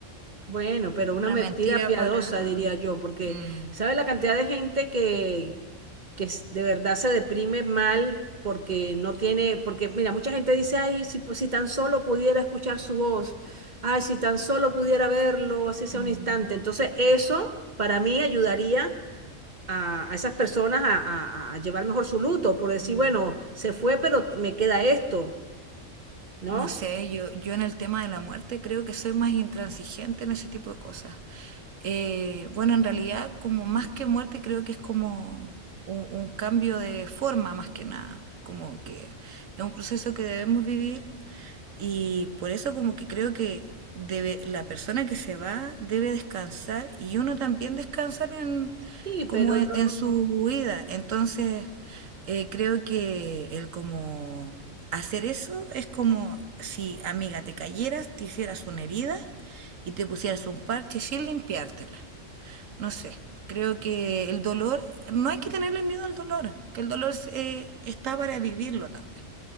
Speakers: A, on the right; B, on the right.
A: Bueno, pero
B: Una
A: una mentira
B: mentira
A: piadosa,
B: para...
A: diría yo, porque
B: Mm,
A: ¿sabes la cantidad de gente que que s- de verdad se deprime mal porque no tiene, porque mira, mucha gente dice, ay, si, pues, si tan solo pudiera escuchar su voz, ay, si tan solo pudiera verlo, así sea
B: Mm,
A: un instante. Entonces, eso para mí ayudaría a, a esas personas a, a- a llevar mejor su luto, por decir,
B: mm.
A: bueno, se fue, pero me queda esto, ¿no?
B: no sé, yo, yo en el tema de la muerte creo que soy más intransigente en ese tipo de cosas. Eh, bueno, en realidad, como más que muerte, creo que es como un, un cambio de forma más que nada. Como que es un proceso que debemos vivir y por eso como que creo que debe, la persona que se va debe descansar y uno también descansar en,
A: Sí,
B: como
A: pero
B: en,
A: no.
B: en su vida. Entonces, eh, creo que el como hacer eso es como si, amiga, te cayeras, te hicieras una herida y te pusieras un parche sin limpiártela. No sé, creo que el dolor, no hay que tenerle miedo al dolor, que el dolor se- está para vivirlo también,